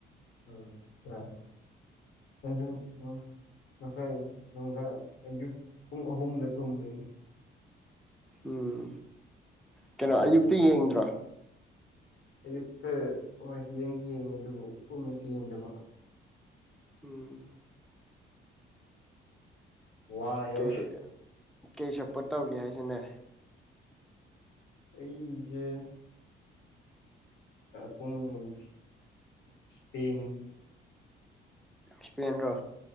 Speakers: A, on the left; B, in the centre.
A: ꯎꯝ ꯌꯥ ꯎ ꯉꯁꯥꯏꯪꯗ ꯑꯌꯨꯛ ꯄꯨꯡ ꯑꯍꯨꯝꯗ ꯇꯨꯝꯕ
B: ꯎꯝ ꯀꯩꯅꯣ
A: ꯕꯣꯜ
B: ꯑꯌꯨꯛꯇ
A: ꯌꯦꯡ
B: ꯌꯦꯡꯗ꯭ꯔꯣ
A: ꯑꯌꯨꯛꯇ ꯍꯣꯏ ꯌꯦꯡꯗꯤ ꯌꯦꯡꯉꯦ ꯑꯗꯨꯕꯨ ꯐꯨꯉꯩꯁꯤ ꯌꯦꯡꯗꯕ
B: ꯎꯝ
A: ꯋꯥꯏꯑꯦꯕ
B: ꯀꯩ ꯀꯩ ꯁꯞꯄꯣꯔꯠ ꯇꯧꯒꯦ ꯍꯥꯏꯁꯤꯅꯦ
A: ꯑꯩꯁꯦ ꯄꯨꯡ ꯏꯁꯄꯦꯟ
B: ꯁ꯭ꯄꯦꯟ ꯔꯣ